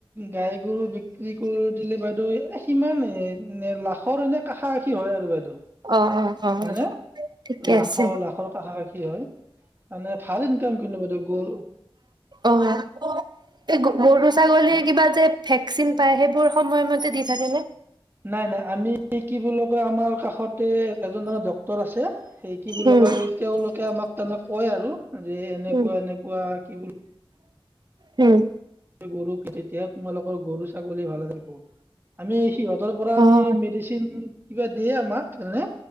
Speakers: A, on the right; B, on the right.
A: গাই গৰু বিক্ৰী কৰি দিলে বাইদেউ। ইমানেই। এ এ লাখৰ এনে কাষৰ কাষি হয় আৰু বাইদেউ
B: অ অ অ ঠিকে
A: লাখৰ
B: আছে
A: লাখৰ কাষ কাষি হয় মানে ভাল ইনকাম কিন্ত গ'ল।
B: অঁ এই গৰু ছাগলীৰ কিবা যে ভেকচিন পায় সেইবোৰ সময়মতে দি থাকেনে।
A: নাই নাই আমি কি বুলি কয়, আমাৰ কাষতে এজন মানে ডক্তৰ আছে, সেই কি বুলি
B: উম
A: কয় তেওঁলোকে আমাক তাৰমানে কয় আৰু। যে এনেকুৱা
B: উম,
A: এনেকুৱা কি বুলি।
B: উম।
A: কয় গৰু পি তেতিয়া তোমালৰ গৰু ছাগলী ভাল য <unintelligible> আমি সিহঁতৰ পৰা আমি
B: অ',
A: মেডিচিন কিবা দিয়ে। ম <unintelligible> <unintelligible>